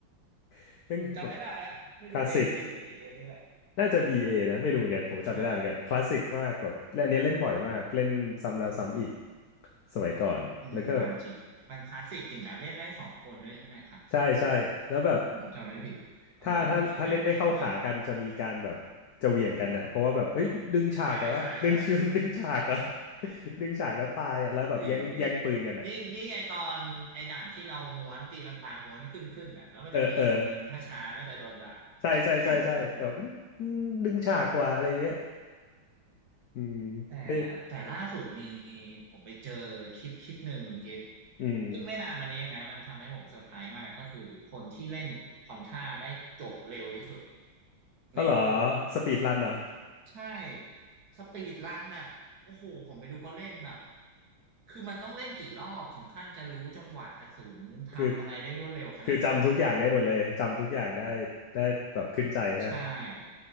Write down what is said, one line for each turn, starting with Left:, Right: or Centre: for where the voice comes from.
Left: <laughs> ซึ่งแบบ
Right: ผมจำไม่ได้แล้วไม่รู้
Left: คลาสสิก
Right: A B หรือ B A นี่แหละ
Left: น่าจะ BA นะไม่รู้เหมือนกันผมจำไม่ได้เหมือนกันคลาสสิกมากแบบและอันเนี้ยเล่นบ่อยมากเล่นซ้ำแล้วซ้ำอีก
Right: ใช่
Left: สมัยก่อนแล้วก็
Right: อืมมันจริงมันคลาสสิกจริงนะเล่นได้สองคนด้วยใช่ไหมครับ
Left: ใช่ใช่แล้วแบบ
Right: ผมจำไม่ผิดเออสีแดงสีน้ำเงิน
Left: ถ้าถ้าถ้าเล่นไม่เข้าขากันจะมีการแบบจะเหวี่ยงกันนะเพราะว่าแบบเฮ้ยดึงฉากเหรอดึงชุน
Right: ใช่ใช่ใช่
Left: <laughs> ดึงฉากเหรอ <laughs> ดึงฉากแล้วตายอ่ะแล้วแบบแย่งแย่งปืนกันอ่ะ
Right: จริงจริงยิ่งยิ่งไอตอนไอด่านที่เราม้วนตีลังกาม้วนขึ้นขึ้นอ่ะแล้วมันจะมีคนหนึ่งถ้าช้าก็จะโดนด่า
Left: เออเออใช่ใช่ใช่ใช่แบบอืมดึงฉากกว่าอะไรเงี้ย
Right: <laughs>
Left: อืม
Right: แต่
Left: ไม่
Right: แต่ล่าสุดมีผมไปเจอคลิปคลิปหนึ่งคุณคิด
Left: อืม
Right: เพิ่งไม่นานมานี้เองนะมันทำให้ผมเซอร์ไพรส์มากก็คือคนที่เล่นควอนท่าได้จบเร็วที่สุด
Left: อ๋อเหรอ
Right: ในโลก
Left: สปีดรันเหรอ
Right: ใช่สปีดรันแบบโอ้โหผมไปดูเขาเล่นแบบคือมันต้องเล่นกี่รอบถึงขั้นจะรู้จังหวะกระสุนทำอะไรได้รวดเร็วขนาดเนี้ย
Left: คือคือจำทุกอย่างได้หมดเลยจำทุกอย่างได้ได้แบบขึ้นใจฮะ
Right: ใช่